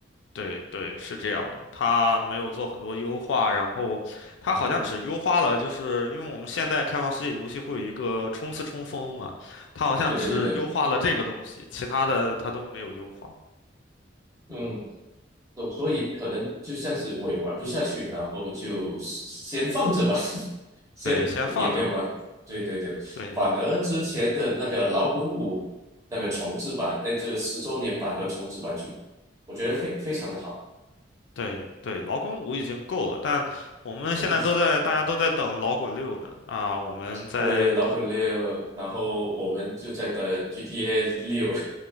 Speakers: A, on the left; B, on the right.
A: 对对，是这样的，它没有做很多优化，然后它好像只优化了，
B: 嗯，
A: 就是因为我们现代开放世界游戏会有一个冲刺冲锋嘛，它好像只优化了这个东西，
B: 对对对对，
A: 其他的它都没有优化。
B: 嗯，所所以可能就像是我也玩不下去，然后就先放着吧，<laughs> 先也没有玩。
A: 对，先放着吧。
B: 对对对，
A: 对。
B: 反而之前的那个老滚五那个重制版，那这十周年版和重制版就，我觉得非非常的好。
A: 对对，老滚五已经够了，但我们现在都在，
B: <laughs>
A: 大家都在等老滚六呢。啊，我们在，
B: 对，老滚六，然后我们就在等
A: 嗯，
B: GTA 六。